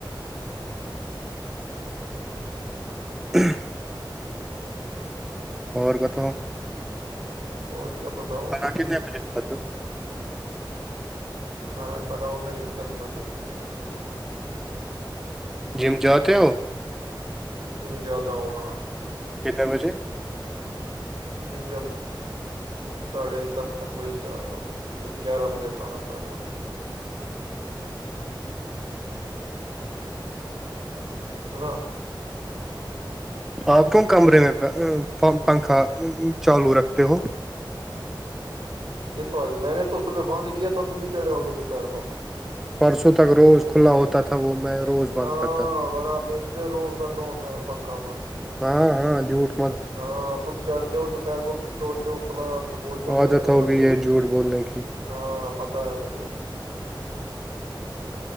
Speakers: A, in the centre; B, on the right (about 70°).
A: <unintelligible> اور کتو
B: اور کیا بتاؤں
A: ہاں کتنے بجے ب تو
B: کھانا کھاتا ہوں میں دس بجے
A: جیم جتے ہو
B: جم جاتا ہوں ہاں
A: کتنے بجے
B: یہ ساڑھے دس تک وہی سے آتا ہوں پھر گیارہ بجے کھانا کھاتا ہوں <unintelligible>
A: آپ کوم کمرے میں پنکھا چالو رکھتے ہو
B: کس والے میں نے تو صبح بند کیا تھا تم ہی چڑھے ہو گے دوپہر کو
A: پرسوں تک روز کھلا ہوتا تھا وہ میں روز بند
B: ہاں
A: کرتا تھا
B: برا میں صبح روز کرتا ہوں پنکھا بند
A: ہاں ہاں جٹ
B: ہاں تم چڑھتے ہو دوپہر کو پھر چھوڑتے ہو کھلا پھر بولتے ہو میں
A: عادت
B: نے رکھا
A: ہوگئی
B: کلا
A: ہے جھوٹ بولنے کی
B: ہاں پتا ہے مجھے